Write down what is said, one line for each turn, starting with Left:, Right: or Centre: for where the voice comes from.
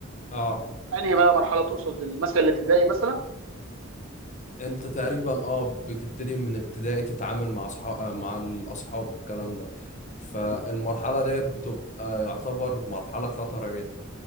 Left: اه
Right: انهي بقى مرحله تقصد المثل الابتدائي مثلا
Left: انت تقريبا اه بتبتدي من ابتدائي تتعامل مع اصحاب مع الاصحاب والكلام ده فالمرحلة
Right: مم.
Left: دي بتبقى يعتبر مرحلة خطرة جدا